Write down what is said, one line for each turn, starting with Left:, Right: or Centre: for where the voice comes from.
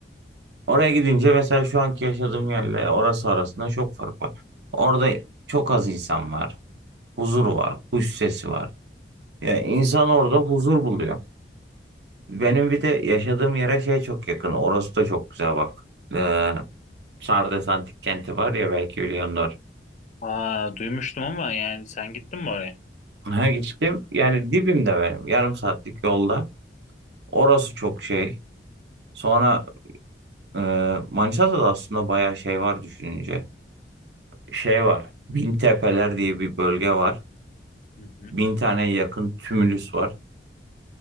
Right: Oraya gidince mesela şu anki yaşadığım yerle orası arasında çok fark var. Orada çok az insan var. Huzur var. Kuş sesi var. Yani insan orada huzur buluyor. Benim bir de yaşadığım yere şey çok yakın. Orası da çok güzel bak. Ee, Sardes Antik Kenti var ya belki biliyorsunuz.
Left: Aa, duymuştum ama yani sen gittin mi oraya?
Right: Ha gittim. Yani dibimde benim. Yarım saatlik yolda. Orası çok şey. Sonra e, Manisa'da da aslında bayağı şey var düşününce. Şey var. Bintepeler diye bir bölge var.
Left: Hı hı.
Right: bin taneye yakın tümülüs var.